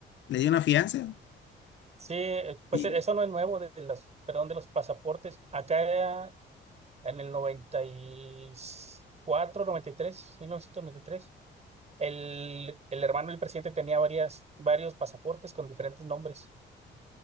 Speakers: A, on the left; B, on the right.
A: le dio una fianza.
B: Sí, eh, pues
A: Y
B: e- eso no es nuevo de las, perdón, de los pasaportes. Acá en el noventa noventa y y cuatro, noventa y tres, mil novecientos noventa y tres, El, el hermano del presidente tenía varias, varios pasaportes con diferentes nombres.